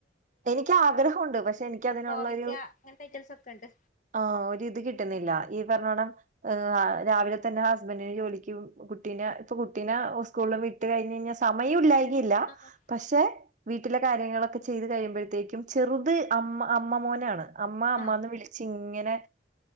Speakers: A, on the right; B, on the left.
A: എനിക്ക് ആഗ്രഹമുണ്ട് പക്ഷെ എനിക്കതിനുള്ള
B: കോവയ്ക്ക
A: ഒരു
B: അങ്ങനത്തെ ഐറ്റംസ് ഒക്കെ ഉണ്ട്
A: ആഹ് ഒരു ഇത് കിട്ടുന്നില്ല ഈ പറഞ്ഞവണ്ണം രാവിലെ തന്നെ ഹസ്ബൻഡിന് ജോലിക്ക് കുട്ടീന്റെ ഇപ്പൊ കുട്ടീനെ സ്കൂളിലും വിട്ട് കഴിഞ്ഞഞാ കഴിഞ്ഞാൽ സമയം ഇല്ലായി ഇല്ല
B: ആഹ്
A: പക്ഷെ വീട്ടില കാര്യങ്ങളൊക്കെ ചെയ്ത് ക ത്തേക്കും ചെറുത് അമ്മ അമ്മ മോനാണ്. അമ്മ അമ്മ
B: ആഹ്
A: എന്ന് വിളിച്ചു ഇങ്ങനെ